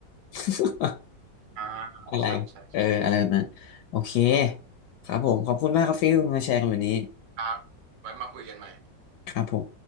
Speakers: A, on the left; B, on the right.
A: <laughs>
B: อ่า
A: อะไรเอออะไรแบบนั้นโอเค
B: ใช่ใช่
A: ครับผม ขอบคุณมากครับฟิลมาแชร์กันวันนี้
B: ครับไว้มาคุยกันใหม่
A: ครับผม